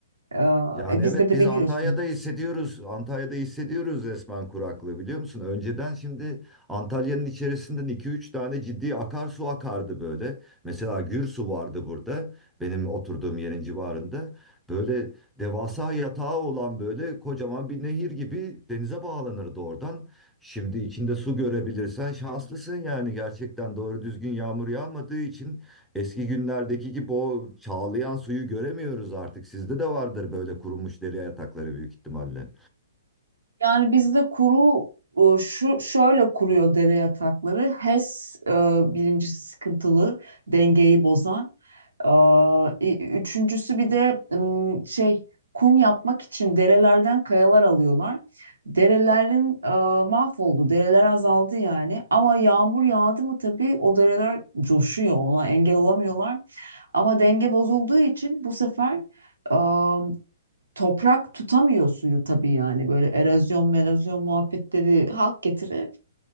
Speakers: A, on the right (about 85°); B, in the centre.
A: Ee,
B: Yani
A: E,
B: evet
A: bizde de
B: biz
A: biliyorsun.
B: Antalya'da hissediyoruz. Antalya'da hissediyoruz resmen kuraklığı biliyor musun? Önceden şimdi Antalya'nın içerisinden 2-3 tane ciddi akarsu akardı böyle. Mesela Gürsu vardı burada benim oturduğum yerin civarında. Böyle devasa yatağı olan böyle kocaman bir nehir gibi denize bağlanırdı oradan. Şimdi içinde su görebilirsen şanslısın yani gerçekten doğru düzgün yağmur yağmadığı için Eski günlerdeki gibi o çağlayan suyu göremiyoruz artık. Sizde de vardır böyle kurumuş deri yatakları büyük ihtimalle.
A: Yani bizde kuru e, şu şöyle kuruyor dere yatakları. HES e, S e, birincisi sıkıntılı dengeyi bozan. Aa, i- Üçüncüsü bir de ım, şey kum yapmak için derelerden kayalar alıyorlar. Derelerin aa, mahvoldu, dereler azaldı yani. Ama yağmur yağdı mı tabii o dereler coşuyor, ona engel olamıyorlar. Ama denge bozulduğu için bu sefer aa, toprak tutamıyor suyu tabii yani böyle erozyon, erozyon muhabbetleri hak getire